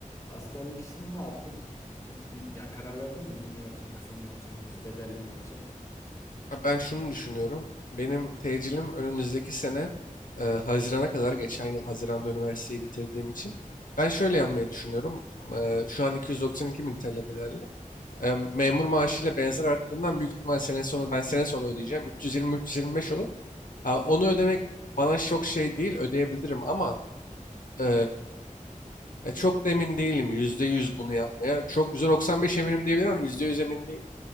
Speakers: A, on the left; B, on the left.
A: Askerlik işini ne yaptın? Yani karar verdin mi uzun mu yapacaksın, kısa mı yapacaksın yoksa bedelli mi yapacaksın?
B: Ha, Ben şunu düşünüyorum. Benim tecilim önümüzdeki sene e, Haziran'a kadar geçen yıl Haziran'da üniversiteyi bitirdiğim için ben şöyle yapmayı düşünüyorum. E, şu an 292 bin TL bedelli. E, memur maaşıyla benzer arttığından büyük ihtimal sene sonu ben sene sonu ödeyeceğim. 320-325 olur. Ha, onu ödemek bana çok şey değil ödeyebilirim ama e, e, çok da emin değilim Yüzde yüz bunu yapmaya. Çok %95 eminim diyebilirim ama %100 emin değilim.